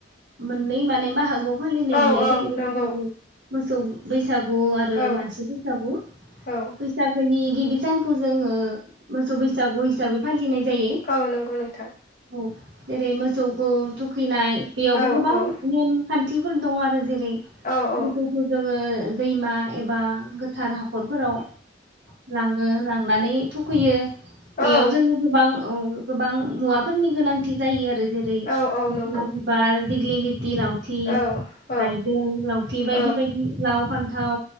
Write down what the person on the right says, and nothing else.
मोननै माने बाहागोआव फालिनाय
नुनाय जायो।
मोसौ बै सागु आरो
मानसि बैसागु
बैसागोनि गिबि सानखौ जोङो मोसौ बैसागु हिसाबै फालिनाय जायो।
औ जेरै मोसौखौ थुखैनाय बेयावबो
गोबां
नेमखान थिफोर दं आरो जे रै
मोसौखौ जोङो दैमा एबा गो थार हाखरफोराव लाङो लां संनानै थुखैयो।
बेयाव जोनो गोबां औ गोबां मुवाफोरनि गोनांथि जायो आरो जेरै
मोखोना
बिबार दिगिलिग। थि लावथि
रायदों लावथि बायदि
बायदि लाव फान थाव